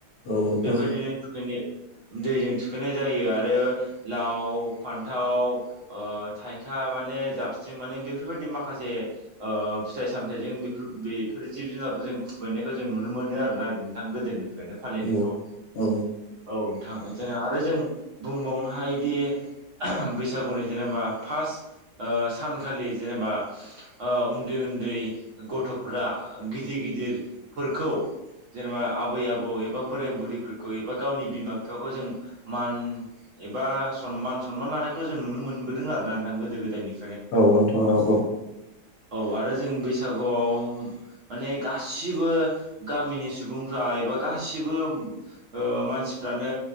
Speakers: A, on the left; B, on the right.
A: औ नोंथां
B: बेबायदिनो थुखैना दैजों थुखैनाय जायो आरो लाव फान्थाव ओ थाइखा माने जाबस्रिं माने बेफोरबायदि माखासे ओ फिथाइ सामथाइजों बेफोर बेफोर जिब जुनार, जों खुबैनायखौ जों नुनो मोनो आरोना नोंथां गोदोनो। बेनो फालिनायखौ
A: औ औ नोंथां औ
B: औ नोंथां जोङा आरो जों बुंबावनो हायोदि बैसागुनि जेनेबा फार्स्ट ओ सानखालि जेनेबा ओ उन्दै उन्दै गथ'फ्रा गिदिर गिदिरफोरखौ जेनेबा आबै आबौ एबा बोराय बुरैफोरखौ एबा गावनि बिमा बिफाखौ जों मान एबा सनमान सनमान लानायखौ जों नुनो मोनबोदों आरोना नोंथां गोदो गोदायनिफ
A: औ नोंथां औ औ।
B: औ आरो जों बैसागुआव माने गासिबो गामिनि सुबुंफ्रा एबा गासिबो ओ मानसिफ्रानो